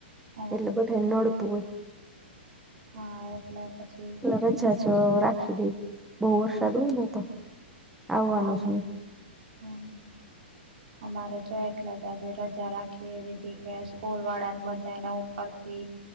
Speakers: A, on the right; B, in the centre.
A: હા
B: એટલે બધાને નડતું હોય.
A: હા, એટલે પછી
B: રજાજ રાખી દઈએ બો વરસાદ
A: હમ
B: હોયને તો. આવવાનું
A: આમાં
B: છે
A: હમ્મ અમારે જો એટલા જ આજે રજા રાખી દીધી કે સ્કૂલ વાળા ને બધા એના ઉપરથી